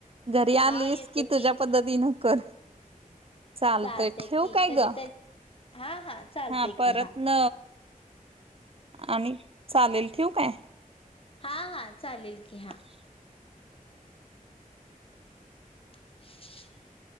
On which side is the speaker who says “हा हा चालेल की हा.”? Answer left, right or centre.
Left